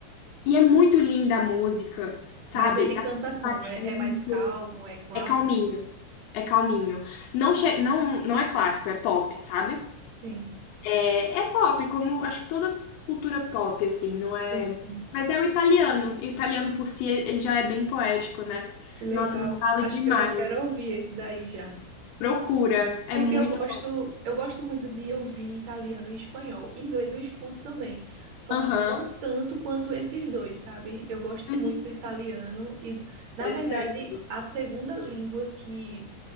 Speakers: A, on the left; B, on the right.
A: E é muito linda a música, sabe?
B: Mas ele
A: Dá-
B: canta como? É,
A: um,
B: é mais calmo, é clássico?
A: É calminho. É calminho. Não, che- não, não é clássico, é pop, sabe?
B: Sim,
A: É, é pop, como acho que toda cultura pop, assim, não é.
B: sim, sim.
A: Mas é o italiano. E o italiano por si, ele já é bem poético, né?
B: Que legal.
A: Nossa, eu me falo
B: Acho
A: demais.
B: que eu já quero ouvir esse daí já.
A: Procura. É
B: Porque
A: muito
B: eu gosto,
A: bom.
B: eu gosto muito de ouvir italiano e espanhol. Inglês eu escuto também, só
A: Aham.
B: que não tanto quanto esses dois, sabe? Eu gosto
A: Uhum.
B: muito do italiano e, na
A: Interessante.
B: verdade, a segunda língua que